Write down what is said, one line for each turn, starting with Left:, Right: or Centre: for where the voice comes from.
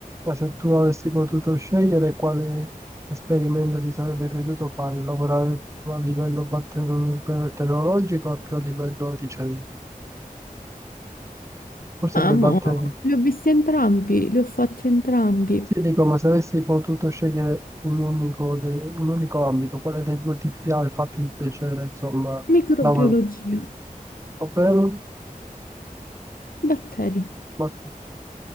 Right: Ma se tu avessi potuto scegliere quale esperimento ti sarebbe piaciuto fare, lavorare più a livello battero- batteriologico o più a livello di cellule? Forse
Left: Amo,
Right: con i batteri.
Left: li ho visti entrambi, li ho fatti entrambi.
Right: Sì, dico, ma se avessi potuto scegliere un unico, de- un unico ambito, quale dei due ti piace, fa più piacere, insomma,
Left: Microbiologia,
Right: lavorare? Ovvero,
Left: batteri.
Right: batteri.